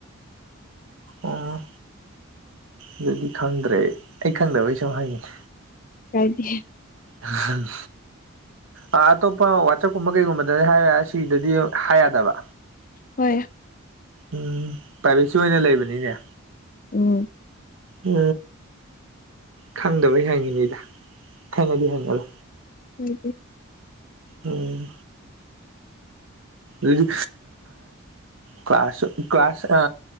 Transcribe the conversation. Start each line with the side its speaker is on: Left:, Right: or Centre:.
Right: ꯑꯣ ꯑꯗꯨꯗꯤ ꯈꯪꯗ꯭ꯔꯦ ꯑꯩ ꯈꯪꯗꯕꯩ ꯁꯨꯝ ꯍꯪꯉꯤꯅꯤ
Left: ꯆꯗꯤ
Right: ꯎ ꯑ ꯑꯇꯣꯞꯄ ꯋꯥꯆꯞꯀꯨꯝꯕ ꯀꯩꯒꯨꯝꯕꯗꯗꯤ ꯍꯥꯏꯕ ꯁꯤꯗꯗꯤ ꯍꯥꯏ ꯌꯥꯗꯕ
Left: ꯍꯣꯏ
Right: ꯎꯝ ꯄꯥꯏꯚꯦꯠꯁꯨ ꯑꯣꯏꯅ ꯂꯩꯕꯅꯤꯅꯦ
Left: ꯎꯝ
Right: ꯎ ꯈꯪꯗꯕꯩ ꯍꯪꯉꯤꯅꯤꯗ ꯈꯪꯉꯗꯤ ꯍꯪꯉꯂꯣ
Left: ꯎꯝ
Right: ꯑꯣꯝ ꯑꯗꯨ ꯀ꯭ꯂ ꯀ꯭ꯂꯥꯁ ꯀ꯭ꯂꯥꯁ ꯑ